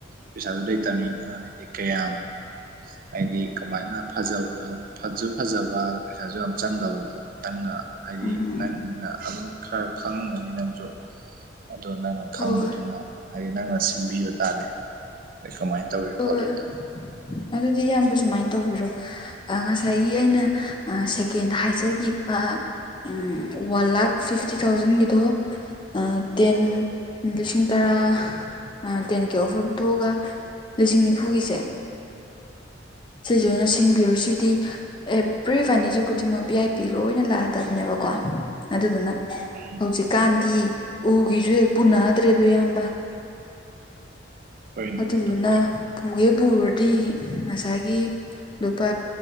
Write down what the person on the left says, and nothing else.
ꯎꯝ
ꯍꯣꯏ
ꯍꯣꯏ
ꯍꯣꯏ ꯑꯗꯨꯗꯤ ꯏꯌꯥꯝꯕ ꯁꯨꯃꯥꯏ ꯇꯧꯕꯤꯔꯣ ꯑ ꯉꯁꯥꯏꯒꯤ ꯑꯩꯅ ꯁꯦꯀꯦꯟꯗ ꯍꯥꯏꯖꯒꯤꯕ ꯎꯝ ꯋꯥꯟ ꯂꯥꯛ ꯐꯤꯐꯇꯤ ꯊꯥꯎꯖꯟꯒꯤꯗꯣ ꯑ ꯇꯦꯟ ꯂꯤꯁꯤꯡ ꯇꯔꯥ ꯑ ꯇꯦꯟ ꯀꯦ ꯑꯣꯐꯔ ꯊꯣꯛꯑꯥꯒ ꯂꯤꯁꯤꯡ ꯅꯤꯐꯨꯒꯤꯁꯦ ꯁꯤꯁꯦ ꯑꯣꯏꯅ ꯁꯤꯡꯕꯤꯔꯣ ꯁꯤ ꯗꯤ ꯑꯦꯕꯔꯤ ꯐꯔꯅꯤꯆꯔ ꯈꯨꯗꯤꯡꯃꯛ ꯕꯤ ꯑꯥꯏ ꯄꯤ ꯂꯣꯏꯅ ꯂꯥꯛꯑꯗꯕꯅꯦꯕꯀꯣ ꯑꯗꯨꯗꯨꯅ
ꯍꯧꯖꯤꯛꯀꯥꯟꯗꯤ ꯎꯒꯤꯁꯨ ꯍꯦꯛ ꯄꯨꯅꯗ꯭ꯔꯦꯗꯣ ꯏꯌꯥꯝꯕ
ꯑꯗꯨꯗꯨꯅ
ꯄꯨꯒꯦ ꯄꯨꯔꯗꯤ ꯉꯁꯥꯏꯒꯤ ꯂꯨꯄꯥ